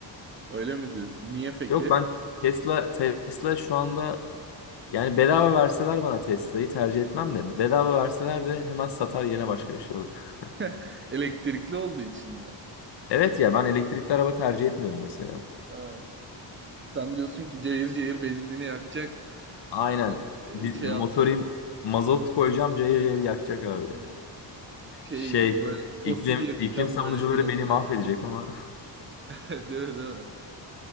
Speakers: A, on the right (about 25°); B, on the left (about 65°).
A: Öyle mi diyorsun? Niye peki?
B: Yok ben Tesla Tesla şu anda yani bedava verseler bana Tesla'yı tercih etmem de bedava verseler de hemen satar yerine başka bir şey alırım. <laughs>
A: <laughs> Elektrikli olduğu için mi?
B: Evet ya ben elektrikli araba tercih etmiyorum mesela.
A: Ha. Sen diyorsun ki cayır cayır benzini yakacak,
B: Aynen.
A: e,
B: Bir,
A: e, şey
B: motorim
A: yapacak.
B: mazot koyacağım cayır cayır yakacak abi.
A: Hı. Şey
B: Şey
A: böyle fosil
B: iklim
A: yakacağım
B: iklim savunucuları
A: böyle dinozor
B: beni mahvedecek
A: yakacağım.
B: ama. <laughs>
A: <laughs> Değil mi, değil mi?